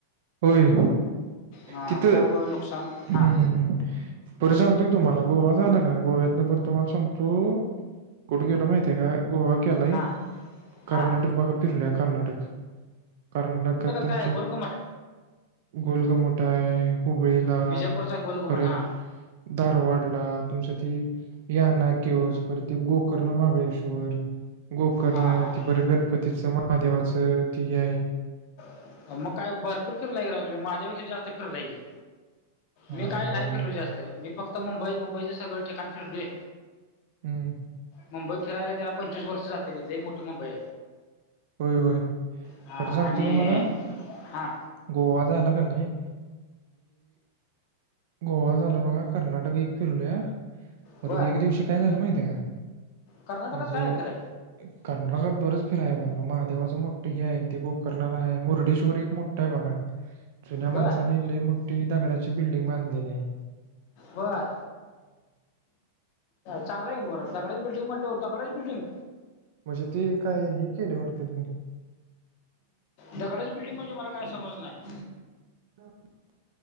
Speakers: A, on the right; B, on the left.
A: होय
B: हां
A: तिथं
B: त्यामुळं नुकसान
A: हम्म
B: हां
A: हम्म हम्म परत सांगतो कि तुम्हाला गोवा झाला का गोव्यातनं परत तुम्हाला सांगतो कुठं गेलो माहितिये का गोवा केलाय
B: हां हां
A: कर्नाटक बघा फिरलय कर्नाटक कर्नाटकात तुमची
B: काय आहे? गोलघुमट
A: गोलघुमट हाय हुबळीला
B: विजयपूरचा गोलघुमट
A: परत
B: हां
A: धारवडला तुमचं ती याना कयूझ परत ते गोकर्ण महाबळेश्वर गोकर्ण
B: हां हां
A: ती
B: हां
A: परत गणपतीचं, महादेवाचं ती हे हाय
B: आओ मग काय भरपूर फिरलाय कि राव तुमी माझ्यापेक्षा जास्त फिरलाय कि
A: हा
B: मी
A: हम्म
B: काय नाही फिरलो जास्त मी फक्त मुंबई मुंबईचे सगळ ठिकाण फिरलोय.
A: हम्म
B: मुंबई फिरायला त्याला पंचवीस वर्ष जातील लई मोठी मुंबई
A: होय होय
B: हाय हा
A: बरं सांगतो
B: आणि
A: तुम्हाला
B: हा
A: गोवा झालं कं नाही गोवा झालं बघा कर्नाटक एक फिरलोया परत
B: बर
A: एक दिवशी काय झालं माहिते का?
B: कर्नाटकात
A: म्हणजे
B: काय आहे फिराय
A: कर्नाटकात बरच फिराया महादेवाचं मोठं हे हाय ते गोकर्णाला हाय मुरडेश्वर एक मोठं हाय बघा जुन्या माणसांनी
B: बर
A: लई मोठी दगडाची बिल्डिंग बांधलेली हाय.
B: बर चांगला हाय कि मग दगडाची बिल्डिंग म्हटल्यावर दगडाची बिल्डिंग
A: म्हणजे ती काय, हे केली होतं त्यांनी
B: दगडाची बिल्डिंग म्हणजे मला काय समजलं नाय
A: <inaudible>